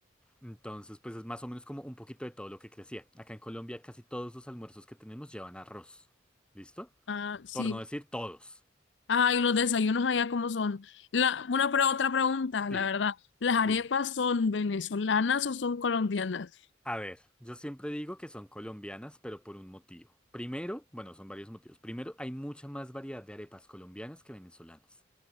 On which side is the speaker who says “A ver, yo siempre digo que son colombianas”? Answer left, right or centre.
Centre